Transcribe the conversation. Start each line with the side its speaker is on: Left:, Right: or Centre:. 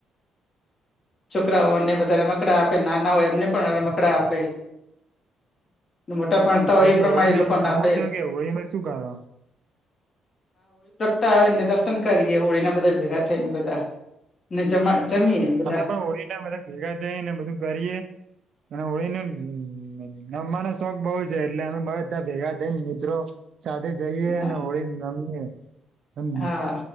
Left: છોકરાઓને બમાં મકડા આપે નાના હોય એમને પણ રમકડા આપે મોટા ભણતા
Right: પછી
Left: હોય એ પ્રમાણે
Right: હોળીને
Left: એ લોકોને
Right: રમચ
Left: આપે
Right: કે હોળમાં શું કર
Left: આવેને દર્શન કરીએ હોળી ના બધા ભેગા થઈને બધા ને જમા જમીએ બધા
Right: અમે પણ હોયને મ ભેગા ને બધું કરીએ અને હોયને રમવાનો શોખ બઉુ છે એટલે અમે બ બધા ભેગા થઈ મિત્રો સાથે જઈએ
Left: હા
Right: ને હોળીને રમ હમ હમ
Left: હા